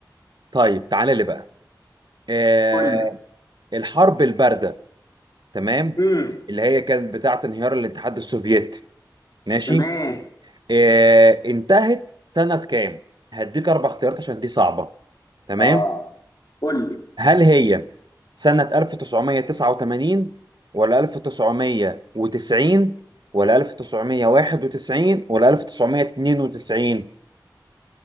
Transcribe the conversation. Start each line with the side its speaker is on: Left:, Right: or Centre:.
Right: طيب تعالى لي بقى آه
Left: قول لي
Right: الحرب الباردة تمام
Left: امم
Right: اللي هي كانت بتاعة انهيار الاتحاد السوفيتي ماشي
Left: تمام
Right: آه انتهت سنة كام هديك اربع اختيارات عشان دي صعبة تمام
Left: اه قول لي
Right: هل هي سنة 1989 ولا 1990 ولا 1991 ولا 1992